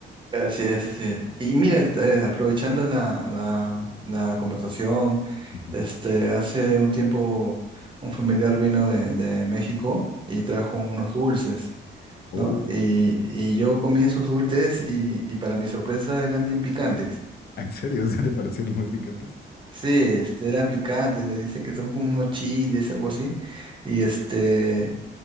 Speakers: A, on the right; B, on the left.
A: Así es, así es. Y mira, este, aprovechando la, la, la conversación,
B: Ujú.
A: este, hace un tiempo un familiar vino de, de México y trajo unos dulces.
B: Oh.
A: ¿no? Y, y yo comí esos dulces y, y para mi sorpresa eran bien picantes.
B: ¿En serio? <laughs> ¿Sí te parecieron muy picantes?
A: Sí, este, eran picantes, le dice que son como unos chiles, algo así. Y este,